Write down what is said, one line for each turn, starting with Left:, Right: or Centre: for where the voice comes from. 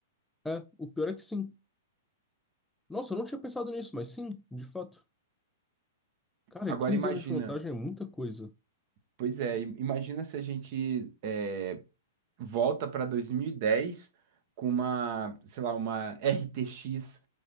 Centre: É, o pior é que sim. Nossa, eu não tinha pensado nisso, mas sim, de fato. Cara,
Right: Agora
Centre: 15
Right: imagina,
Centre: anos de vantagem é muita coisa.
Right: pois é, im- imagina se a gente é, volta para 2010 com uma, sei lá, uma RTX